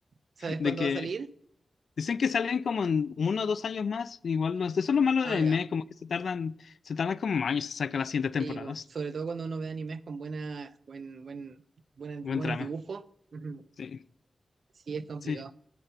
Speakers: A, on the right; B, on the left.
A: ¿Sabes
B: de
A: cuándo
B: que
A: va a salir?
B: dicen que salen como en uno o dos años más, igual no, eso es lo malo
A: Ah,
B: del anime,
A: ya.
B: como que se tardan, se tardan como años en sacar las siguientes
A: Sí,
B: temporadas.
A: po, sobre todo cuando uno ve animes con buena, buen, buen, buena-
B: Buen
A: buenos
B: trama,
A: dibujos. Ujú.
B: sí.
A: Sí, es complicado.
B: Sí,